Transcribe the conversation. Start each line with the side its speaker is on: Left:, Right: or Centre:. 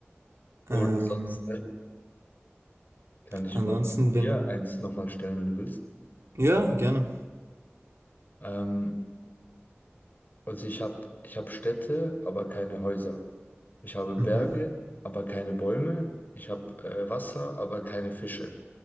Left: oder
Right: Ähm,
Left: sonst äh, kann ich
Right: ansonsten,
Left: mal hier
Right: wenn.
Left: eins nochmal stellen, wenn du willst.
Right: Ja, gerne.
Left: Ähm, also ich habe ich hab Städte, aber keine Häuser. Ich habe Berge,
Right: Mhm.
Left: aber keine Bäume. Ich habe äh, Wasser, aber keine Fische.